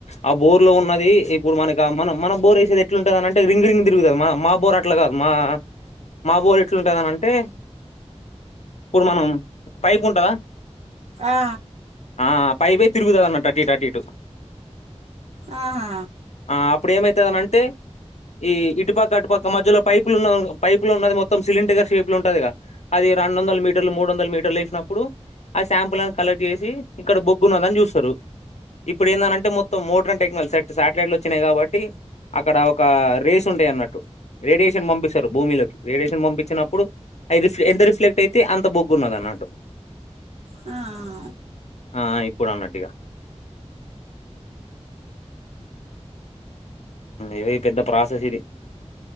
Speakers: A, on the left; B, on the right.
A: ఆ బోర్ లో ఉన్నది ఇప్పుడు మనకి మనం మనం బోర్ వేసేది ఎట్లుంటుందినింటే రింగ్ రింగ్ తిరుగుతుంది మా బోర్ అట్లా కాదు మా మా బోర్ ఎట్లుంటుందినంటే ఇప్పుడు మనం పైప్ ఉంటుందా
B: ఆ
A: ఆ పైవే తిరుగుదాన్న టటీ టర్టీటు
B: ఆహా
A: ఆ ఇప్పుడు ఏమైతుందనింటే ఈ ఇటుపక్క అటుపక్క మధ్యలో పైపులు ఉన్న పైపులు ఉన్నది మొత్తం సిలిండర్ గర్ షేపులు ఉంటది అది రెండు వందల మీటర్లు మూడు వందల మీటర్లు వేసినప్పుడు ఆ శాంపుల్ కలెక్ట్ చేసి ఇక్కడ బొగ్గు ఉన్నది అని చూస్తారు ఇప్పుడు ఏందనంటే మొత్తం మోటర్న్ టెక్నాల శటిలైట్ లో వచ్చినాయి కాబట్టి అక్కడ ఒక రేస్ ఉంటాయి అన్నట్టు రేడియేషన్ పంపిస్తారు భూమిలోకి రేడియేషన్ పంపించినప్పుడు అవి రిఫ ఎంత రిఫ్లెక్ట్ అయితే అంత బొగ్గు ఉన్నది అన్నట్టు
B: ఆ
A: ఆ ఇప్పుడు అన్నట్టుగా ఏవ పెద్ద ప్రాసెస్ ఇది